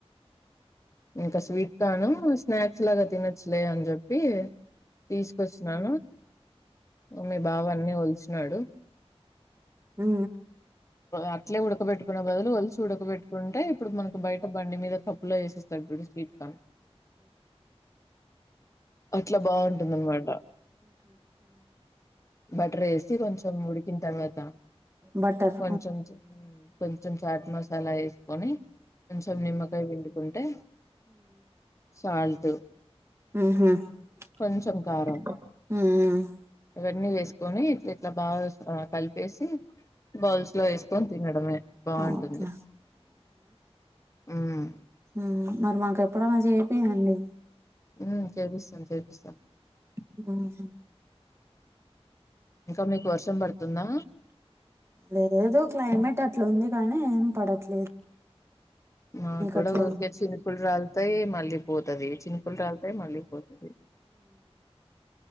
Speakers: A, on the left (about 30°); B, on the right (about 25°).
A: ఇంకా స్వీట్ కాను స్నాక్స్ లాగా తినొచ్చులే అని చెప్పి తీసుకొచ్చిన మీ బావ అన్ని వల్చినాడు
B: మ్
A: అట్లే ఉడకబెట్టుకునే బదులు కలిసి ఉడకబెట్టుకుంటే ఇప్పుడు మనకి బయట బండి మీద క ప్పులో వేసిస్తాడు స్వీట్ కన్ అట్లా బాగుంటుందన్నమాట బటర్ వేసి కొంచెం ఉడికిన తారువాత
B: బటర్
A: కొంచెం కొంచెం చాట్ మసాలా వేసుకొని కొంచెం నిమ్మక్ కాయ పిండుకుంటే సాల్ట్
B: మ్
A: కొంచెం కారం ఇవన్నీ వేసుకొని ఇట్లా బాగా అ కలిపేసి బౌల్స్ లో వేసుకొని తినడమే బాగుంటుంది
B: ఓకే
A: మ్
B: మ్ మరి మాకు ఎప్పుడనా చేపియండి
A: మ్ చూపిస్తాను చపిస్తాను
B: మ్ హు
A: ఇంకా మీకు వర్షం పడుతుందా
B: లేదు క్లైమేట్ అట్లుంది కానీ ఏం పడట్లే
A: మా కూడా
B: అట్లా
A: ఊరికే చినుకులు రాలుతాయి మళ్ళీ పోతది చిన్ కులు రాలుతాయి మళ్ళీ పోతదిమ్